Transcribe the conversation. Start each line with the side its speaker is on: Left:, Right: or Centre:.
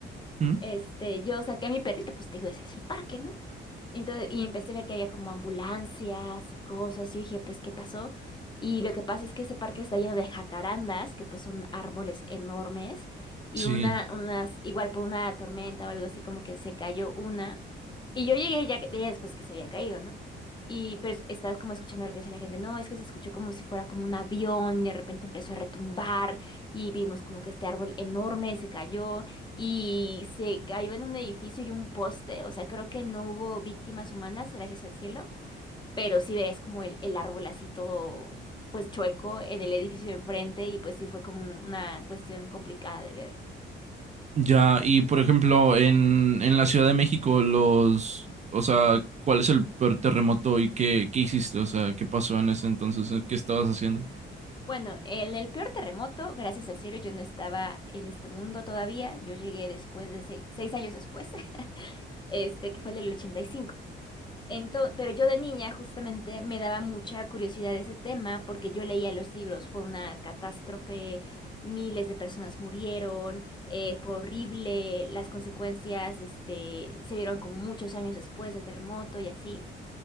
Right: Ujú.
Left: Este, yo saqué a mi perrito, pues te digo, ese es el parque, ¿no? Entonces, y empecé a ver que había como ambulancias y cosas. Y dije, pues, ¿qué pasó? Y lo que pasa es que ese parque está lleno de jacarandas, que pues son árboles enormes. Y
Right: Sí.
Left: una, unas, igual por una tormenta o algo así, como que se cayó una. Y yo llegué ya, que- ya después que se había caído, ¿no? Y pero es- estaba como escuchando lo que decía la gente, no, es que se escuchó como si fuera como un avión, y de repente empezó a retumbar y vimos como que este árbol enorme se cayó y se cayó en un edificio y un poste, o sea, creo que no hubo víctimas humanas, gracias al cielo, pero sí ves como el, el árbol así todo, pues chueco en el edificio de enfrente y pues sí fue como una cuestión complicada de ver.
Right: Ya, y por ejemplo, en en la Ciudad de México los o sea, ¿cuál es el peor terremoto y qué qué hiciste? O sea, ¿qué pasó en ese entonces? ¿Qué estabas haciendo?
Left: Bueno, en el peor terremoto, gracias al cielo, yo no estaba en este mundo todavía, yo llegué después de seis, seis años después, <laughs> este que fue el del 85. Ento- pero yo de niña justamente me daba mucha curiosidad ese tema porque yo leía los libros, fue una catástrofe, miles de personas murieron, eh, fue horrible, las consecuencias, este, se vieron como muchos años después del terremoto y así.